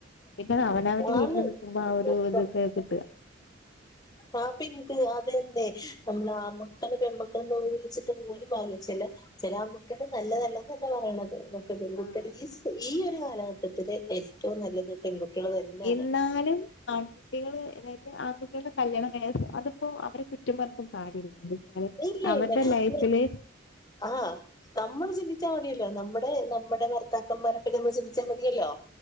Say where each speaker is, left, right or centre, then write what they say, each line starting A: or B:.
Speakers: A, on the left; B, on the left.
A: പിന്നെ അവനവന്റെ വീട്ടിൽ
B: ആന്ന്
A: നിക്കുമ്പോ ആ ഒരു ഇതൊക്കെ കിട്ടുക
B: ആ പി ആ ഇത് അത് തന്നെ നമ്മള് ആൺമക്കള് പെൺമക്കള് എന്ന് ഒന്ന് വിളിച്ചിട്ട് ഒരു കാര്യമില്ല ചില ചില ആൺകുട്ടികള് നല്ലതല്ലന്നല്ല പറയണത് പെൺകുട്ടികൾ
A: ആഹ്
B: ഈ ഈ ഒരു കാലഘട്ടത്തില് ഏറ്റവും നല്ലത് പെൺകുട്ടികൾ തന്നെയാണ്
A: എന്നാലും ആൺകുട്ടികള് അതായത് ആൺകുട്ടികളുടെ കല്യാണം കഴിഞ്ഞ അതിപ്പോ അവരെ കുറ്റം പറഞ്ഞിട്ടും കാര്യമില്ല
B: ഇല്ല
A: അവരുടെ
B: ഇല്ല
A: ലൈഫില്
B: ആഹ് നമ്മള് ചിന്തിച്ചാ മതിയല്ലോ നമ്മ ടെ നമ്മുടെ ഭർത്താക്കന്മാരപ്പെ നമ്മള് ചിന്തിച്ചാൽ മതിയല്ലോ?